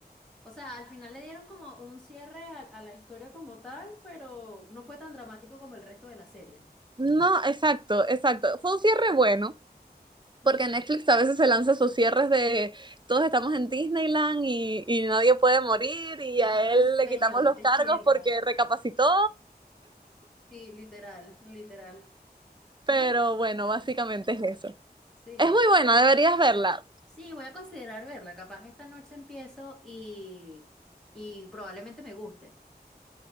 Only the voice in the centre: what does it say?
O sea, al final le dieron como un cierre a, a la historia como tal, pero no fue tan dramático como el resto de la serie.
Y
todo era
un sueño,
despierta.
Sí, literal, literal. Es
verdad.
Sí.
Sí, voy a considerar verla. Capaz esta noche empiezo y, y probablemente me guste.